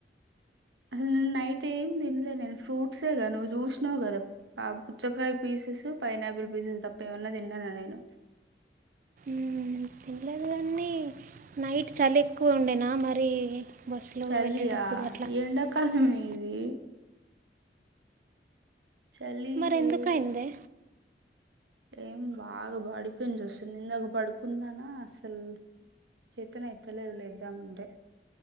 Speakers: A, on the right (about 90°); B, on the right (about 45°).
A: అసలు నేను నైట్ ఏం తినలే నేను ఫ్రూట్సేగా నువ్వు చూసునవ్ కదా ఆ పుచ్చకాయ పీస్ పిసు పైనాపిల్ పిసు తప్ప ఏమన్నా తిన్నానా నేను
B: మ్మ్ తినలేదు కానీ నైట్ చాలి ఎక్కువుండేనా మరి బస్సులో
A: చలియా
B: వెళ్ళేటప్పుడు అట్లా
A: ఎండాకాలమే
B: మ్మ్.
A: ఇది చలి
B: మరి
A: లేదు
B: ఎందుకు అయిందే
A: ఏం బాగా బాడీ పెయిన్స్ వస్తునయ్ ఇందాక పడుకుంనానా అసలు చేతనా ఎత్త లేదులే ఇద్దాం అంటే